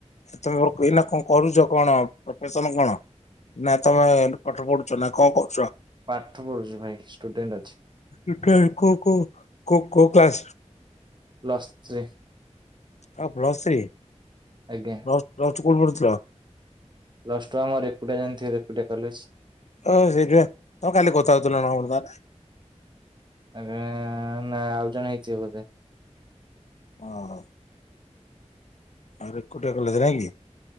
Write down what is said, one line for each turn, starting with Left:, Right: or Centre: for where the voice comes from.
Left: ସେତେବେଳ ଏଇନା କଣ କରୁଛ କଣ ପ୍ରଫେସନ କଣ? ନା ତମେ ପାଠ ପଢୁଚ ନା କଣ କରୁଚ?
Right: ପାଠ ପଢୁଚି ଭାଇ ଷ୍ଟୁଡେଣ୍ଟ ଅଛି।
Left: ଷ୍ଟୁଡେଣ୍ଟ କୋଉ କୋଉ କୋଉ କୋଉ କ୍ଲାସ?
Right: Plus three.
Left: ହଁ ପ୍ଲସ ଥ୍ରୀ।
Right: ଆଜ୍ଞା।
Left: <unintelligible>
Right: ପ୍ଲସ ଟୁ ଆମର ରେକୁଟିଆ ଜାଣିଥିବ ରେକୁଟିଆ କଲେଜ।
Left: ଓ ସେଠି ତ କାଲି କଥା ହଉଥିଲ ନା <unintelligible>
Right: ଆ ନା ଆଉ ଜଣ ହେଇଥିବ ବୋଧେ।
Left: ଓହ। ଆଉ ରେକୁଟିଆ କଲେଜ ନାଇଁ କି।